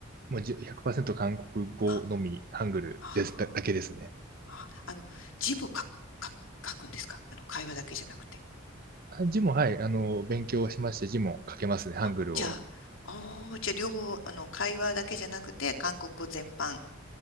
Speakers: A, on the right; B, on the left.
A: もうじゅ100%韓国語のみ、
B: あ、
A: ハングルですだ、
B: あー
A: だけですね。
B: あ、あの、字も書く、書くんですかあの、会話だけじゃなくて。
A: あ字も、はい、あの、勉強しまして、字も書けますね、ハングルを。
B: あ、じゃあ、あーじゃあ両方、あの、会話だけじゃなくて、韓国語全般、